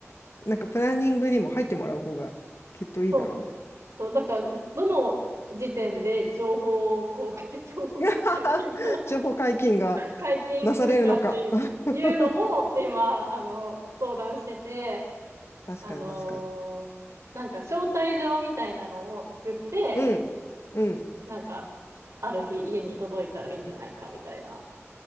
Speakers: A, on the left (about 60°); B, on the right (about 80°).
A: なんかプランニングにも入ってもらう方がきっといいだろうね。
B: う。そう、そう、だから、どの時点で情報公開、<laughs> 情報公開っていうか
A: <laughs> 情報解禁が
B: 解禁するかっていうのも、
A: なされるのか。<laughs>
B: 今、あの、相談してて、
A: 確かに確かに。
B: あのーなんか招待状みたいなのを作って、
A: うん。うん。
B: なんか、ある日家に届いたらいいんじゃないかみたいな、